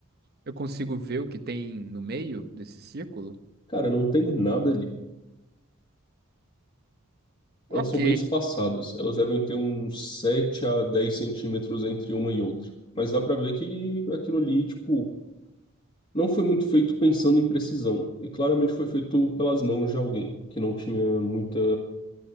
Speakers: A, on the right (about 50°); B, on the left (about 30°).
A: Eu consigo ver o que tem no meio desse círculo?
B: Cara, não tem nada ali.
A: Ok,
B: Elas são bem espaçadas. Elas devem ter uns 7 a 10 centímetros entre uma e outra. Mas dá pra ver que aquilo ali, tipo, Não foi muito feito pensando em precisão, e claramente foi feito pelas mãos de alguém que não tinha muita,